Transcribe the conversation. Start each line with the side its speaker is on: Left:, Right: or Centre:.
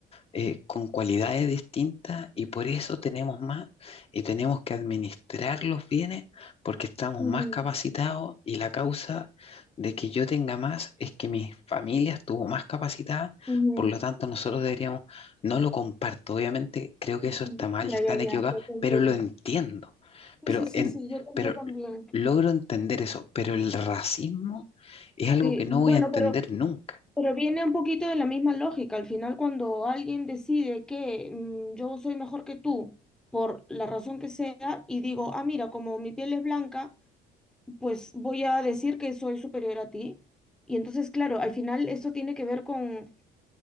Left: eh, con cualidades distintas y por eso tenemos más y tenemos que administrar los bienes porque estamos
Centre: ujú,
Left: más capacitados y la causa de que yo tenga más es que mi familia estuvo más capacitada,
Centre: ujú,
Left: por lo tanto nosotros deberíamos, no lo comparto, obviamente creo que
Centre: ujú.
Left: eso está mal
Centre: Ya,
Left: y están
Centre: ya,
Left: equivocados,
Centre: ya, ya te entiendo.
Left: pero lo entiendo, pero,
Centre: Sí, sí, sí,
Left: en,
Centre: sí, yo,
Left: pero
Centre: yo también.
Left: logro entender eso, pero el racismo es algo
Centre: Sí,
Left: que no
Centre: bueno,
Left: voy a entender
Centre: pero,
Left: nunca.
Centre: pero viene un poquito de la misma lógica. Al final, cuando alguien decide que mm, yo soy mejor que tú, por la razón que sea, y digo, ah, mira, como mi piel es blanca, pues voy a decir que soy superior a ti. Y entonces, claro, al final esto tiene que ver con,